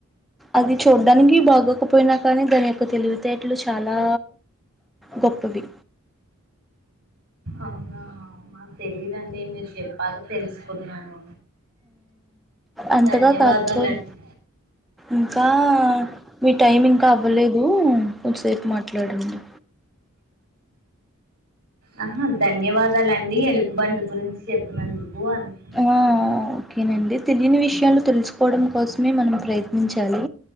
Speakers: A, in the centre; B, on the right.
A: అది చూడడానికి బాగోకపోయినా కానీ దాని యొక్క తెలివి తేట్లు చాలా లా గొప్పవి.
B: అవునా మాకు తెలీదండి మీరు చెప్పక తెలుసుకున్నాను
A: అంతగా
B: ధన్యవాదాలండి
A: కాకపోదు ఇంకా మీ టైమి ఇంకా అవ్వలేదు కొంచసేపు మాట్లాడండి
B: ఆ ధన్యవాదాలండి ఎలుగుబంట గురించి చెప్పినందుకు అంటున్నా
A: ఓకేనండి తెలియని విషయాలు తెలుసుకోవడం కోసమే మనం ప్రయత్నించాలి